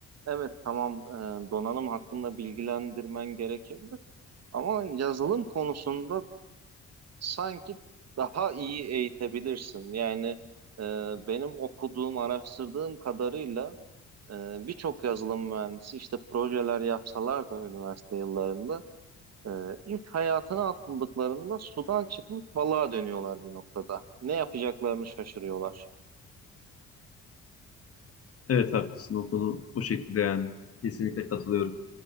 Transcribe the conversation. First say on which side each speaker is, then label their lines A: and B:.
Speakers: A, on the right; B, on the left.
A: evet tamam e, donanım hakkında bilgilendirmen gerekebilir ama yazılım konusunda sanki daha iyi eğitebilirsin. Yani e, benim okuduğum, araştırdığım kadarıyla Ee, birçok yazılım mühendisi işte projeler yapsalar da üniversite yıllarında e, ilk hayatına atıldıklarında sudan çıkmış balığa dönüyorlar bir noktada. Ne yapacaklarını şaşırıyorlar.
B: Evet haklısın o konu o şekilde yani. Kesinlikle katılıyorum.